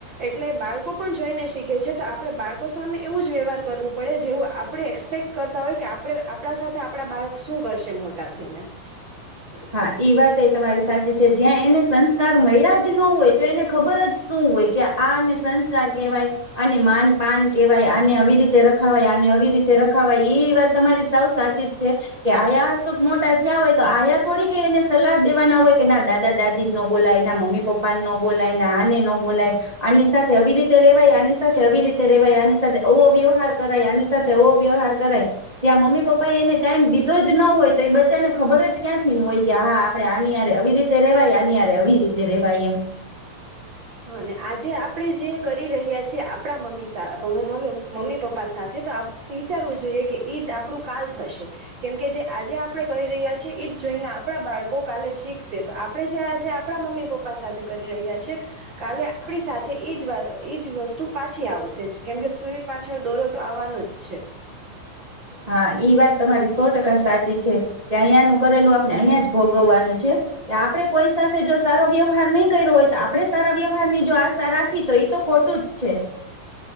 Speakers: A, on the right; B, on the right.
A: એટલે બાળકો પણ જોઈને શીખે છે તો આપણે બાળકો સામે એવું જ વ્યવહાર કરવું પડે જેવું આપણે એક્સપેક્ટ કરતા હોય કે આપણે આપણા સાથે આપણા બાળક શું કરશે મોટા થઈને
B: હા એ વાત એ તમારી સાચી છે જ્યાં એને સંસ્કાર મળ્યા જ ન હોય તો એને ખબર જ શું હોય કે આને સંસ્કાર કેહેવાય અને માન પાન કહેવાય આને આવી રીતે રખાવાય આને આવી રીતે રખાવાય એ વાત તમારી સાૌ સાચી જ છે કે આયા હસ્તુક મોટા થયા હોય તો આયા થોડી કઈ એને સલાહ દેવાના હોય કે ના દાદા દાદી ન બોલાય ના મમ્મી પપ્પા ન બોલાય ના આને ન બોલાય આની સાથે આવી રીતે રેવાય આની સાથે આવી રીતે રેવાય આની સાથે અવો વ્યવહાર કરાય આની સાથે અવો વ્યવહાર કરાય જ્યાં મમ્મી પપ્પા એને ટાઈમ દીધો જ ન હોય તો એ બચ્ચાનેબર જ ક્યાંથી હોય કે હા આપડે આનીયરે આવી રીતે રેવાય આનીયરે આવી રીતે રેવાય એમ
A: હા ને આજે આપણે જે કરી રહ્યા છીએ આપણા મમ્મી મમ્મી પપ્પા સાથે તો આપ વિચારવું જોઈએ કે એ જ આપણું કાલ થશે કેમકે જે આજે આપણે કરી રહ્યા છીએ એ જ જોઈને આપ આપણા બાળકો કાલે શીખશે તો આપડે જે આજે આપણા મમ્મી પપ્પા સાથે કરી રહ્યા છે કાલે આપણી સાથે ઈજ વા ઈજ વસ્તુ પાછી આવશે જ કેમકે સુઈ પાછળ દોરો તો આવવાનો જ છે
B: હા ઈ વાત તમારી સો ટકા સાચી છે કે અહીંયાનું કરેલું આપણે અહિયાં જ ભોગવવાનું છે કે આપણે કોઈ સાથે જો સારો વ્યવહાર નહી કર્યો હોય તો આપણે સારા વ્યવહાર ની જો આશા રાખીએ તો એ તો ખોટું જ છે